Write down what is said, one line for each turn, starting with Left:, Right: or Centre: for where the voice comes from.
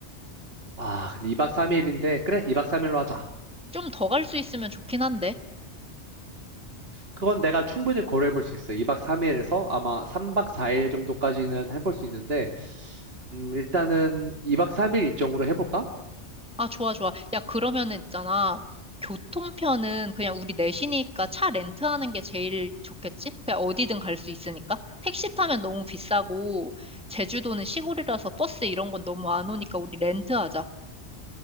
Right: 아, 근데 2박 3일인데, 그래, 2박 3일로 하자.
Centre: 좀 더 갈 수 있으면 좋긴 한데.
Right: 그건 내가 충분히 고려해 볼 수 있어. 2박 3일에서 아마 3박 4일 정도까지는 해볼 수 있는데, 음, 일단은 2박 3일 일정으로 해볼까?
Centre: 아, 좋아, 좋아. 야, 그러면은 있잖아. 교통편은 그냥 우리 넷이니까 차 렌트하는 게 제일 좋겠지? 그냥 어디든 갈 수 있으니까. 택시 타면 너무 비싸고, 제주도는 시골이라서 버스 이런 건 너무 안 오니까 우리 렌트하자.